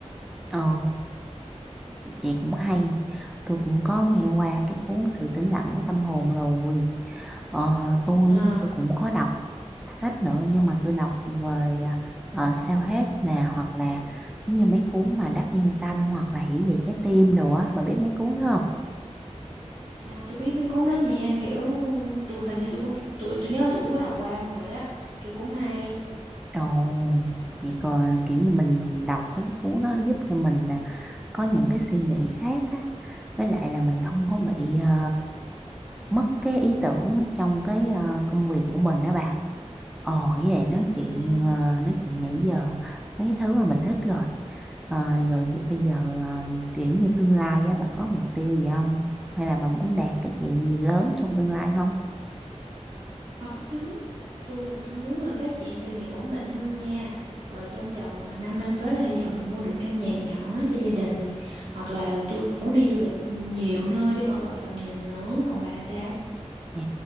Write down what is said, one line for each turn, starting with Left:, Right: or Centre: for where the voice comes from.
Centre: ồ Vậy cũng hay. Tôi cũng có nghe qua cái cuốn Sự tĩnh lặng của tâm hồn rồi. Ờ, tôi
Right: À.
Centre: tôi cũng có đọc sách nữa nhưng mà tôi đọc về ờ, self-help nè hoặc là giống như mấy cuốn mà Đắc Nhân Tâm hoặc là Hiểu về trái tim đồ á. Bà biết mấy cuốn đó không?
Right: À, tôi biết mấy cuốn đó nha kiểu tôi hình như tôi cũng tôi, tôi nhớ là tôi cũng có đọc qua rồi á kiểu cũng hay
Centre: Ồ, vậy còn kiểu như mình đọc mấy cái cuốn đó giúp cho mình à, có những cái suy nghĩ khác á. Với lại là mình không có bị ờ, mất cái ý tưởng trong cái ờ, công việc của mình đó bà. Ồ, với lại nói chuyện
Right: à,
Centre: ờ, nói chuyện nãy giờ mấy thứ mà mình thích rồi. Ờ, rồi bây giờ ờ, kiểu như tương lai á, bà có mục tiêu gì không? Hay là bà muốn đạt cái chuyện gì lớn trong tương lai không?
Right: có chứ tôi là tôi muốn là phát triển sự nghiệp ổn định hơn nha rồi trong vòng 5 năm năm tới thì hy vọng là mua được căn nhà nhỏ cho gia đình hoặc là tôi muốn đi du lịch nhiều nơi để mở rộng tầm nhìn nữa còn bà sao
Centre: Dạ,